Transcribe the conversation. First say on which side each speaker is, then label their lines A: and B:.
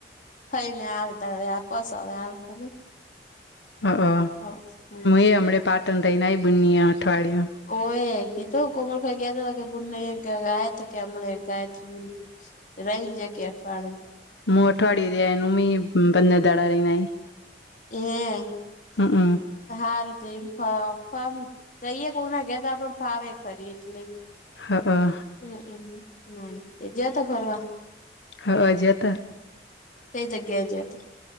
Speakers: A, on the left; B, on the left.
A: થઈ ને આવે ત વ્યાપસ હ હ તમે
B: હ હ
A: હમ
B: એ હમણા પાટણ થઈને બુન અઠવાડિય
A: ઓ એ કીધું કોમલભાઈ ગયા હતા કે બુને ગાય તો કે હમણાં ગાય બ રાહીન જકે અઠવાણ.
B: હું અઠવાડિય રહે એનું મી બંને દાડા રહીનેઈ.
A: એ.
B: હમ હમ.
A: હારતેમમ. જઈએ કે ઉ ના કેેતા આપે ફાવે ખરી એટલે.
B: હા હ.
A: હમ હમ ના તેજતા ફરવા.
B: હ હજ હતા.
A: કઈ જગ્યાએ જ તો.